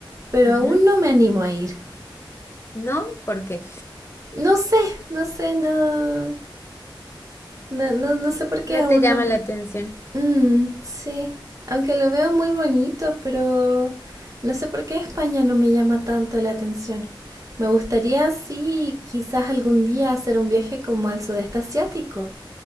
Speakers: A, on the right; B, on the left.
A: pero
B: Ujú.
A: aún no me animo a ir.
B: No, ¿por qué?
A: No sé, no sé, no, no, no, no sé por qué
B: No
A: aún
B: te llama
A: no.
B: la atención.
A: Mm, sí, aunque lo veo muy bonito, pero no sé por qué España no me llama tanto la atención. Me gustaría, sí, quizás algún día hacer un viaje como al sudeste asiático,